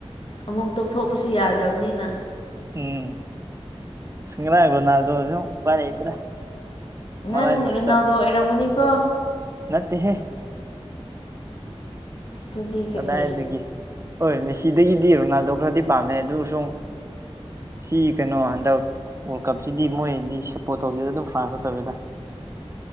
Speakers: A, on the left; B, on the right.
A: ꯑꯃꯨꯛ ꯇꯣꯛꯊꯣꯛꯄꯁꯨ ꯌꯥꯗ꯭ꯔꯕꯅꯤꯅ
B: ꯎꯝ ꯉꯔꯥꯡ ꯔꯣꯅꯥꯜꯗꯣꯖꯨ ꯎꯄꯥꯏ ꯂꯩꯇ꯭ꯔꯦ
A: ꯅꯪ
B: ꯃꯔꯥꯏꯕꯛꯇ
A: ꯔꯣꯅꯥꯜꯗꯣ ꯑꯣꯏꯔꯝꯒꯅꯤꯀꯣ
B: ꯅꯠꯇꯦꯍꯦ
A: ꯑꯗꯨꯗꯤ ꯀꯔꯤ
B: ꯀꯗꯥꯏꯗꯒꯤ ꯍꯣꯏ ꯃꯦꯁꯤꯗꯒꯤꯗꯤ ꯔꯣꯅꯥꯜꯗꯣꯅꯥ ꯄꯥꯝꯃꯦ ꯑꯗꯨꯁꯨꯡ ꯁꯤ ꯀꯩꯅꯣ ꯍꯟꯗꯛ ꯋꯥꯔꯜ ꯀꯞꯁꯤꯗꯤ ꯃꯣꯏꯗꯤ ꯁꯞꯄꯣꯔꯠ ꯇꯧꯗꯦꯗ ꯑꯗꯨꯝ ꯐ꯭ꯔꯥꯟꯁꯇ ꯇꯧꯋꯦꯗ